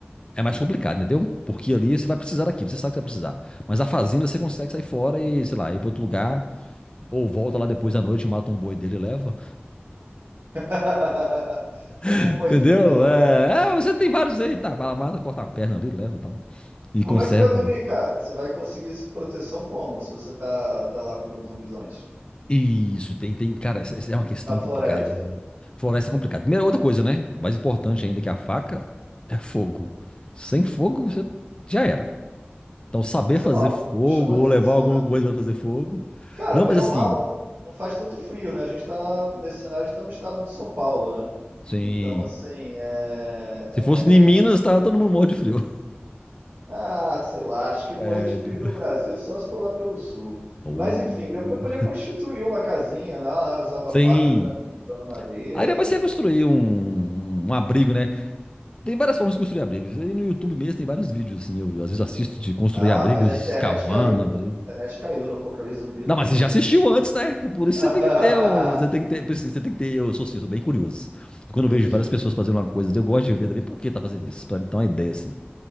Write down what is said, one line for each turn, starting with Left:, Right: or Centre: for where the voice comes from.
Left: É mais complicado, entendeu? Porque ali você vai precisar daquilo, você sabe que você vai precisar. Mas a fazenda você consegue sair fora e, sei lá, ir para outro lugar, ou volta lá depois da noite, mata um boi dele e leva.
Right: <laughs>
Left: <laughs>
Right: Um boizinho
Left: Entendeu?
Right: não
Left: É,
Right: vai fazer.
Left: é, você tem vários aí, tá? Vai lá, mata, corta uma perna ali, leva e tal. E
Right: E como
Left: conserva.
Right: é que você vai dormir, cara? Você vai conseguir proteção como? Se você tá, tá lá com os zumbizões
Left: Isso, tem, tem. Cara, essa- essa é uma questão
Right: na floresta?
Left: complicada. Floresta é complicada. Primeira outra coisa, né? Mais importante ainda que a faca é fogo. Sem fogo, você já era. Então, saber
Right: Sei
Left: fazer
Right: lá, o
Left: fogo
Right: fogo chama
Left: ou
Right: atenção,
Left: levar alguma
Right: né?
Left: coisa para fazer fogo.
Right: Cara,
Left: Não,
Right: bem
Left: mas
Right: ou
Left: assim.
Right: mal, não faz tanto frio, né? A gente tá, nesse cenário, a gente tá no estado de São Paulo, né?
Left: Sim.
Right: Então, assim, é,
Left: Se fosse em Minas,
Right: é-
Left: tava todo mundo morro de frio.
Right: Ah, sei lá, acho que
Left: <laughs> Sério.
Right: morrer de frio no Brasil só se for lá pelo sul.
Left: Oh.
Right: Mas, enfim, depois podia construir uma casinha, né? Ah, usava
Left: Sim.
Right: faca pra cortando madeira
Left: Aí depois você
Right: e...
Left: ia construir um, um abrigo, né? Tem várias formas de construir abrigos. Aí no YouTube mesmo tem vários vídeos, assim. Eu às vezes assisto de construir
Right: Ah,
Left: abrigos,
Right: mas a internet
Left: cavando
Right: caiu,
Left: abrigo.
Right: né? A internet caiu, no Apocalipse Zumbi
Left: Não,
Right: não
Left: mas
Right: tem
Left: você
Right: YouTube.
Left: já assistiu antes, né? Por isso
Right: <laughs>
Left: você tem que ter um. Você tem que ter. por isso Você tem que ter. Eu sou assim, eu sou bem curioso. Quando eu
Right: Entendi.
Left: vejo várias pessoas fazendo uma coisa, eu gosto de ver também por que tá fazendo isso. Pra me dar uma ideia, assim.